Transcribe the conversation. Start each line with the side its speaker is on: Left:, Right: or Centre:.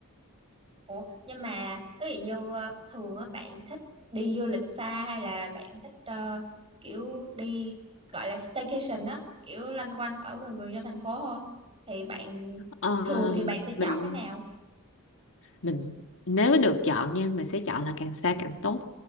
Right: Ủa, nhưng mà ví dụ như ờ, thường á bạn thích đi du lịch xa hay là bạn thích ờ, kiểu đi gọi là staycation á, kiểu loanh quanh ở gần gần trong thành phố thôi thì bạn
Left: Ờ,
Right: thường thì bạn sẽ
Left: mình
Right: chọn cái nào?
Left: mình nếu được chọn nha mình sẽ chọn là càng xa càng tốt